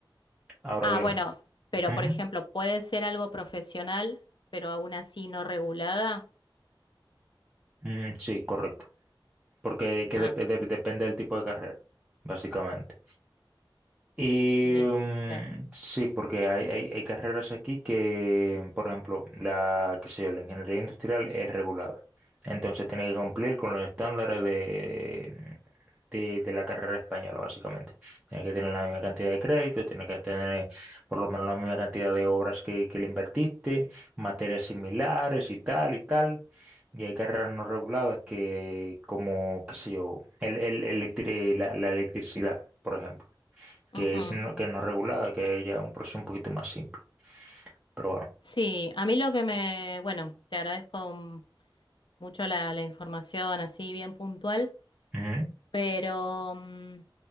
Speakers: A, on the right; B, on the left.
A: Ahora
B: Ah,
A: bien,
B: bueno, pero
A: ujú,
B: por ejemplo, puede ser algo profesional, pero aún así no regulada.
A: mm, sí, correcto, porque que
B: Ah,
A: dep- de- depende del tipo de carrera, básicamente. Y
B: ve,
A: mm,
B: claro.
A: sí, porque hay, hay, hay carreras aquí que, por ejemplo, la, qué sé yo, la ingeniería industrial es regulada. Entonces tiene que cumplir con los estándares de, de, de la carrera española, básicamente. Tiene que tener la misma cantidad de crédito, tiene que tener por lo menos la misma cantidad de horas que, que le invertiste, materias similares y tal y tal. Y hay carreras no reguladas que, como, qué sé yo, el, el, electri- la la electricidad, por ejemplo que
B: Ujú.
A: es no, que no regulada, que ya es un proceso un poquito más simple. Pero bueno.
B: Sí, a mí lo que me, bueno, te agradezco mm, mucho la, la información así bien puntual.
A: Ujú.
B: Pero mm,